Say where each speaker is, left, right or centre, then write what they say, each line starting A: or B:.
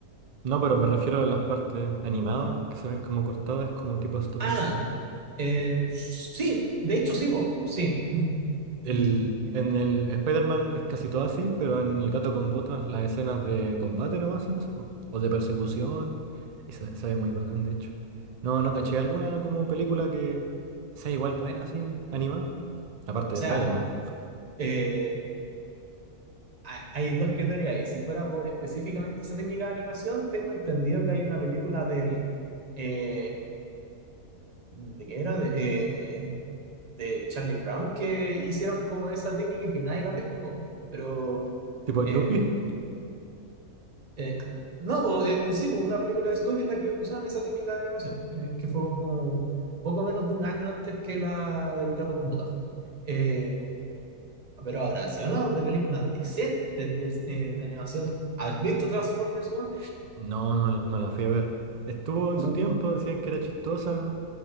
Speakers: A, on the right; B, on the right.
A: No, pero me refiero a las partes animadas que se ven como cortadas, como tipo stop
B: Ah,
A: motion.
B: eh, sí, de hecho sí, vos, sí. Mm.
A: El,
B: Y,
A: en el Spider-Man es casi todo así, pero en El Gato con Botas las escenas de combate nomás son así, po. O de persecución. Y se, se ve muy bacán, de hecho. No, no caché alguna como película que sea igual buena, así, animada. Aparte
B: o
A: de
B: sea,
A: Spider-Man.
B: eh, ha- hay dos criterios ahí. Si fuera por específicamente esa técnica de animación, tengo entendido que hay una película del, eh, ¿de qué era? De, eh, de Charlie Brown que hicieron como esa técnica y que nadie la pescó, pero...
A: Tipo
B: eh,
A: Snoopy.
B: Eh, no, bo, eh, eh, sí, bo, una película de Snoopy en la que usaban esa técnica de animación, eh, que fue como poco menos de un año antes que la del gato con botas. Eh, pero ahora, si hablamos de películas decentes de, eh, de animación, ¿has visto Transformers 1?
A: No, no, no la fui a ver. Estuvo en
B: Uh,
A: su tiempo, decían que era chistosa.